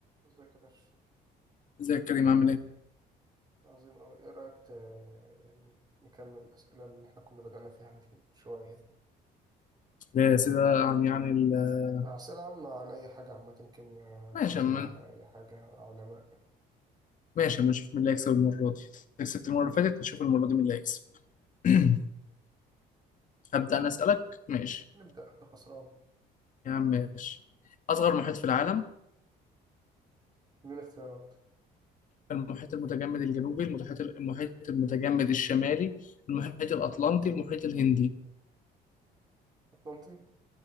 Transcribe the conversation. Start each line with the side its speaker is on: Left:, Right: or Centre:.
Right: ازيك يا درش
Left: ازيك يا كريم عامل ايه؟
Right: عظيم أوي إيه رأيك ت... يعني نكمل الأسئلة اللي إحنا كنا بدأنا فيها من من شوية
Left: يا سيدي عن يعني ال-
Right: آه، أسئلة عامة عن أي حاجة عامة كيمياء
Left: ماشي
Right: فيزياء
Left: اما
Right: أي حاجة علماء
Left: ماشي اما نشوف مين اللي هيكسب المرة دي كسبت المرة اللي فاتت نشوف المرة دي مين اللي هيكسب <clears throat> هبدأ أنا أسألك ماشي
Right: نبدأ أنت خسران
Left: يا عم ماشي أصغر محيط في العالم
Right: من اختيارات
Left: المحيط المتجمد الجنوبي المحيط المحيط المتجمد الشمالي المحيط الأطلنطي المحيط الهندي
Right: أطلنطي